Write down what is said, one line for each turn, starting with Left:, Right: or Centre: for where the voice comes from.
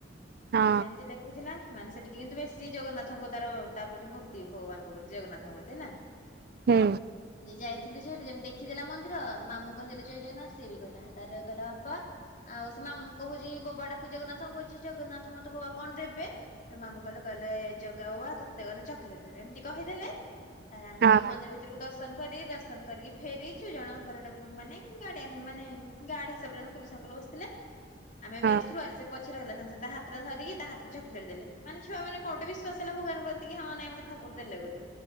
Right: ହଁ
Left: ଯେ ସେମିତି ଲେଖୁଥିଲା। ମାନେ ସେଠିକି କିନ୍ତୁ ବେଶୀ ଜଗନ୍ନାଥଙ୍କ ତାର ତା ପ୍ରତି ଭକ୍ତି ଭଗବାନ୍ ଙ୍କ ପ୍ରତି ଜଗନ୍ନାଥ୍ ଙ୍କ ପ୍ରତି ହେଲା
Right: ହୁଁ
Left: ଯେ ଯାଇଥିଲୁ ଯଉଠି ଯେମି ଦେଖିଦେଲା ମନ୍ଦିର ମାମୁଁ କହିଦେଲେ ଜୟ ଜଗନ୍ନାଥ୍ ସିଏ ବି କହିଲା ତାର କହିଲା ବାପା ଆଉ ସେ ମାମୁଙ୍କୁ କହୁଚି ବୋବା ଡାକୁ ଜଗନ୍ନାଥଙ୍କୁ କହୁଛି ଜଗନ୍ନାଥ ମତେ ବୋବା କଣ ଦେବେ? ସେ ମାମୁଁ କହିଲେ କହିଲେ ଜଗା ବୋବା ତତେ ଗଲେ ଚକ୍ ଲେଟ୍ ଦେବେ ଏମିତି କହିଦେଲେ ଆରେ ଆମେ
Right: ହଁ
Left: ଗଲୁ ମନ୍ଦିର ଭିତରକୁ ଦଶ୍ ଦର୍ଶନ କରି ଦର୍ଶନ କରିକି ଫେରିଚୁ ଜଣ ଅଙ୍କଲ୍ ମାନେ ଗାଡିଆନ୍ ମାନେ ଗାର୍ଡ୍ ହିସାବରେ ଜଣେ ପୁୋଲିସ ଅଙ୍କଲ୍ ବସିଥିଲେ। ଆମେ ଏମିତି
Right: ହଁ ହଁ
Left: ଆସୁଥିଲୁ ଆରେ ସେ ପଛରେ ରହିଲା ସାଙ୍ଗେଙ୍ଗେ ତା ହାତ ଟା ଧରିକି ତା ହାତରେ ଚକଲେଟ୍ ଦେଲେ ମାନେ ଛୁଆ ମାନେ କୋଟ ବିଶ୍ୱାସ ହେଲା ଭଗବାନ ଙ୍କ ପ୍ର କି ହଁ ନାଇଁ ମତେ ଠାକୁର ଦେଲେ ବୋଲି